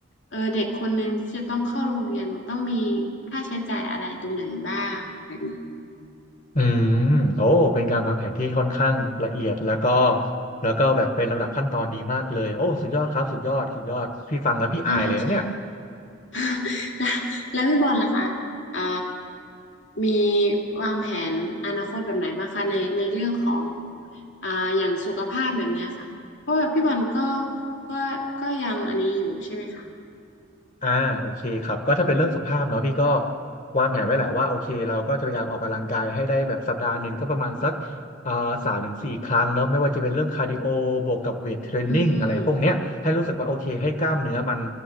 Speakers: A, on the left; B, on the left.
A: เออเด็กคนหนึ่งที่จะต้องเข้าโรงเรียนต้องมีค่าใช้จ่ายอะไรตรงไหนบ้างแบบนี้
B: อืมโอ้เป็นการวางแผนที่ค่อนข้างละเอียดแล้วก็แล้วก็แบบเป็นลำดับขั้นตอนดีมากเลยโอ้สุดยอดครับสุดยอดสุดยอดพี่ฟังแล้วพี่อายเลยนะเนี่ย
A: ใช่ใช่ <laughs> แล้วแล้วพี่บอลล่ะคะเอ่อมีวางแผนอนาคตแบบไหนบ้างคะในในเรื่องของอ่าอย่างสุขภาพแบบเนี้ยค่ะเพราะแบบพี่บอลก็ก็ก็ยังอันนี้อยู่ใช่ไหมคะ
B: อ่าโอเคครับก็ถ้าเป็นเรื่องสุขภาพเนาะพี่ก็วางแผนไว้แหละว่าโอเคเราก็จะพยายามออกกำลังกายให้ได้แบบสัปดาห์หนึ่งก็ประมาณสักอ่าสามถึงสี่ครั้งเนาะไม่ว่าจะเป็นเรื่องคาร์ดิโอบวกกับเวทเทรนนิ่งอะไรพวกเนี้ยให้รู้สึกว่าโอเคให้กล้ามเนื้อมัน
A: อืม